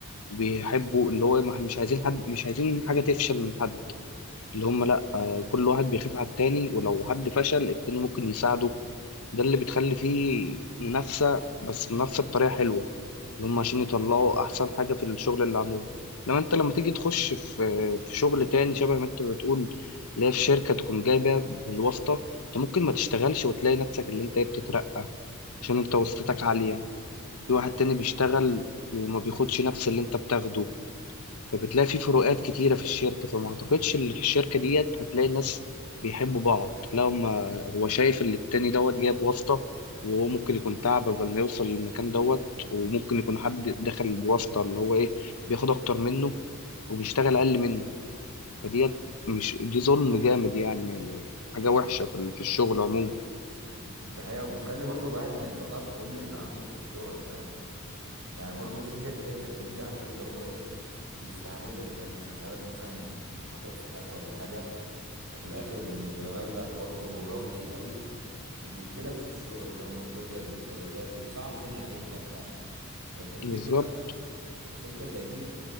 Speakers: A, on the left; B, on the right.
A: بيحبوا اللي هو مح- مش عايزين حد مش عايزين حاجة تفشل من حد اللي هم لأ آه، كل واحد بيخاف على التاني ولو حد فشل التاني ممكن يساعده ده اللي بتخلي فيه منافسة بس منافسة بطريقة حلوة اللي هم عشان يطلعوا أحسن حاجة في الشغل اللي عندهم لما أنت لما تيجي تخش في في شغل تاني شبه ما أنت بتقول اللي هي في شركة تكون جايبة بالواسطة أنت ممكن ما تشتغلش وتلاقي نفسك اللي أنت إيه بتترقى عشان أنت واسطتك عالية في واحد تاني بيشتغل وما بياخدش نفس اللي أنت بتاخده فبتلاقي في فروقات كتيرة في الشركة فما أعتقدش اللي في الشركة ديت هتلاقي الناس بيحبوا بعض لا هما- هو شايف اللي التاني دوت جايب واسطة وهو ممكن يكون تعب قبل ما يوصل للمكان دوت وممكن يكون حد دخل بواسطة اللي هو إيه بياخد أكتر منه وبيشتغل أقل منه فديت مش دي ظلم جامد يعني م- م- حاجة وحشة في ال- في الشغل عموما
B: ده حقيقة وبتخلي برضو الواحد ما يطلعش كل اللي عنده في الشغل فاهم يعني برضو في شركات يا زميلي عارف اللي هو ايه بيستعبدك فاهم يشغلك مثلا عشر ساعات ولا حاجة وفي الآخر بمبلغ برضو رمزي قوي وبيقتلك في الشغل فاهم مش بيرضى يديك اجازات وبيصعب الدنيا عليك بقى فاهم فانت كده
A: بالظبط
B: كده شركه زي دي